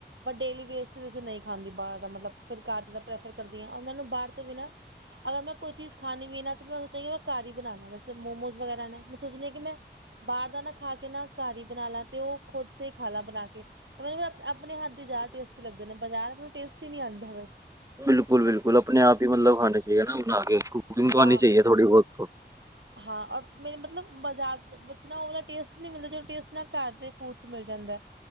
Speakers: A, on the right (about 85°); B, on the right (about 15°).
A: ਬ ਡੇਲੀ ਵੇਸਟ ਕਿਸ ਦਿਨ ਨਹੀਂ ਖਾਂਦੀ ਬਾਹਰ ਦਾ ਮਤਲਬ ਫਿਰ ਘਰ ਜ ਪ੍ਰੈਫਰ ਕਰਦੀਆਂ ਉਹਨਾਂ ਨੂੰ ਬਾਹਰ ਤੋਂ ਬ ਨਾ ਅਗਰ ਮੈਂ ਕੋਈ ਚੀਜ਼ ਖਾਨੀ ਪੀ ਨਾ ਤਾਂ ਮੈਂ ਸੋਚਾਂਗੀ ਮੈਂ ਘਰ ਬਾਨਾ ਜੈਸੇ ਮੋਮੋਜ਼ ਵਗੈਰਾ ਨਾ ਮੈਂ ਸੋਚਣੀ ਕਿ ਮੈਂ ਬਾਹਰ ਦਾ ਨਾ ਖਾ ਕੇ ਨਾ ਘਰ ਹੀ ਬਣਾ ਲਾ ਤੇ ਉਹ ਖੁਦ ਸ ਖਾ ਲਾ ਬਣਾ ਕੇ ਮੈਨੂੰ ਆਪਣੇ ਹੱਥ ਦੀ ਜ਼ਿਆਦਾ ਟੇਸਟੀ ਲੱਗਦੇ ਨੇ ਬਜ਼ਾਰ ਮੈਨ ਟੇਸਟੀ ਨੀ ਆਉਂਦਾ ਹੋਵੇ।
B: ਬਿਲਕੁਲ ਬਿਲਕੁਲ ਆਪਣੇ ਆਪ ਹੀ ਮਤਲਬ ਖਾਣੇ ਚਾਹੀਏ ਨਾ ਬਣਾ ਕੇ ਕੁੂਕਿੰਗ
A: ਹਾਂ
B: ਉਣੀ ਚਾਹੀਏ ਥੋੜ੍ਹੀ ਬਹੁਤ
A: ਹਾਂ ਰ ਮੇ ਮਤਲਬ ਬਾਜ਼ਾਰ ਵਿੱਚ ਨਾ ਮਿਲਦਾ ਟੈਸਟ ਘਰ ਦੇ ਫੂਡ ਚ ਮਿਲ ਜਾਂਦਾ।